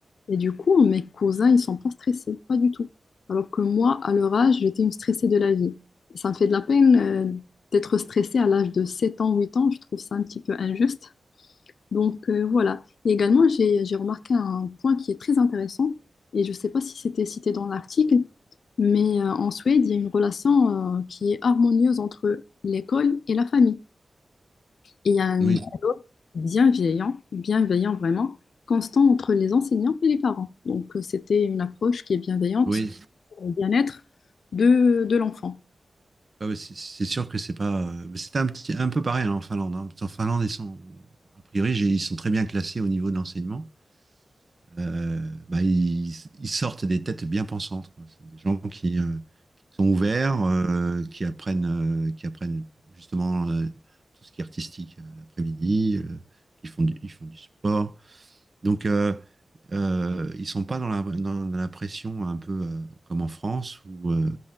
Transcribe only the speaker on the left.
Et du coup, mes cousins, ils sont pas stressés, pas du tout. Alors que moi, à leur âge, j'étais une stressée de la vie. Et ça me fait de la peine euh, d'être stressée à l'âge de 7 ans, 8 ans. Je trouve ça un petit peu injuste. Donc euh, voilà. Et également, j'ai, j'ai remarqué un point qui est très intéressant. Et je ne sais pas si c'était cité dans l'article, mais euh, en Suède, il y a une relation euh, qui est harmonieuse entre l'école et la famille. Et il y a un
dialogue bienveillant, bienveillant vraiment, constant entre les enseignants et les parents. Donc, euh, c'était une approche qui est bienveillante
pour le bien-être de, de l'enfant.